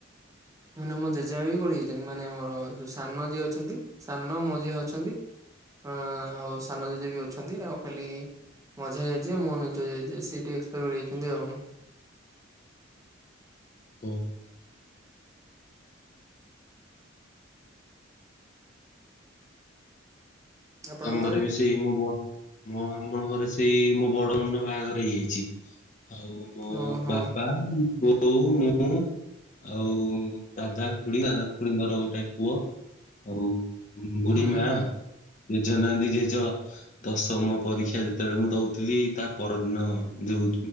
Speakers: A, on the right; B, on the left.
A: ମାନେ ମୋ ଜେଜେ ମାଁ ବି ଗରି ଯାଇଚନ୍ତି ମାନେ ମୋର ଯୋଉ ସାନ ମାଁ ଯିଏ ଅଛନ୍ତି ସାନ ମଝିଆଁ ଅଛନ୍ତି ଆଁ ଆଉ ସାନ ଜେଜେ ବି ଅଛନ୍ତି ଆଉ ଖାଲି ମଝିଆଁ ଜେଜେ ମୋ ନିଜ ଜେଜେ ସେ ଟିକେ ଏକ୍ସପାୟାର କରିଯାଇଚନ୍ତି ଆଉ
B: ହୁଁ।
A: ଆପଣଙ୍କ
B: ଆମର
A: ଘରେ
B: ବି ସେ ସେଇ ମୋ ବ ମୋ ଆମ ଘରେ ସେଇ ମୋ ବଡ ଭଉଣୀ ର ବାହାଘର ହେଇଯାଇଚି, ଆଉ ମୋ
A: ଓହୋ
B: ବାପା, ବୋଉ ମୁଁ ଆଉ ଦାଦା, ଖୁଡି ଦାଦା ଖୁଡ଼ିଙ୍କର ଗୋଟାଏ ପୁଅ ଆଉ
A: ହୁଁ
B: ବୁଢ଼ି ମା'।
A: ହୁଁ
B: ଜେଜ ନାହାନ୍ତି, ଜେଜ ଦଶମ ପରୀକ୍ଷା ଯେତେବେଳେ ମୁଁ ଦଉଥିଲି, ତା' ପରଦିନ ଯଉ